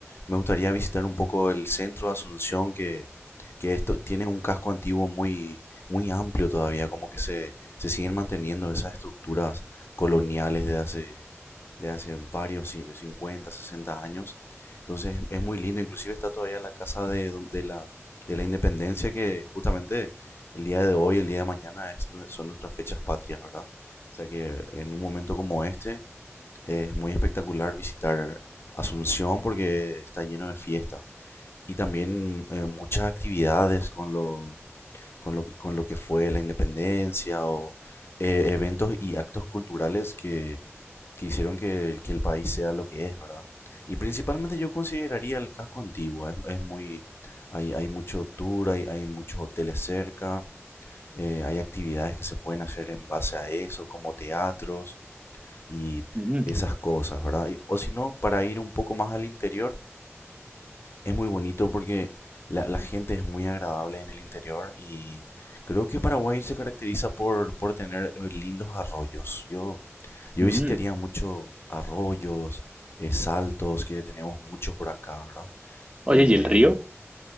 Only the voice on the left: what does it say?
Me gustaría visitar un poco el centro de Asunción, que, que esto tiene un casco antiguo muy, muy amplio todavía, como que se, se siguen manteniendo esas estructuras coloniales de hace, de hace varios, sí, cincuenta, sesenta años entonces es muy lindo, inclusive está todavía la casa de, don- de la, de la independencia que justamente el día de hoy, el día de mañana es nue- son nuestras fechas patrias, ¿verdad? O sea que en un momento como este es muy espectacular visitar Asunción porque está lleno de fiesta y también eh, muchas actividades con lo, con lo, que- con lo que fue la independencia o eh, eventos y actos culturales que que hicieron que, que el país sea lo que es, ¿verdad? Y principalmente yo consideraría el casco antiguo, es, es muy, hay, hay mucho tour, hay, hay muchos hoteles cerca, eh, hay actividades que se pueden hacer en base a eso, como teatros y
esas cosas, ¿verdad? Y- o si no, para ir un poco más al interior, es muy bonito porque la, la gente es muy agradable en el interior y creo que Paraguay se caracteriza por, por tener eh, lindos arroyos. Yo, yo
visitaría mucho arroyos, eh, saltos, que tenemos mucho por acá, ¿verdad?
Eh,